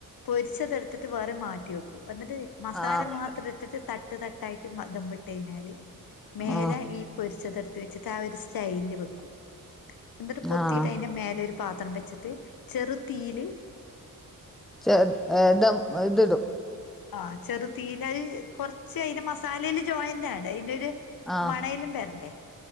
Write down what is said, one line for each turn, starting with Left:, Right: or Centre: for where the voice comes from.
Left: പൊരിച്ചതെടുത്തിട്ട് വേറെ മാറ്റി വെക്കു എന്നിട്ട് മസാല
Centre: ആഹ്
Left: മാത്ര ത്തിട്ട് തട്ട് തട്ടായിട്ട് ദമ്മ്‌ ഇട്ടുകഴിഞ്ഞാല് മേലേ
Centre: ആഹ്
Left: ഈ പൊരിച്ചത് എടുത്തു വെച്ചിട്ട് ആ ഒരു സ്റ്റൈലിന് വെക്കും എന്നിട്ട് പൊത്തിയിട്ട്
Centre: ആഹ്
Left: അയിന് മേലേ ഒരു പാത്രം വെച്ചിട്ട് ചെറുതീയില്
Centre: ചെ ഹ് ദം ഇത്ടു.
Left: ആഹ് ചെറുതീയിലയി കൊറച്ച് അയ്ന്റെ മസാലയില് ജോയിന്റ് ആവണ്ടെ അയ്ന്റെ ഒര്
Centre: ആഹ്
Left: മണയെല്ല വര്ണ്ടേ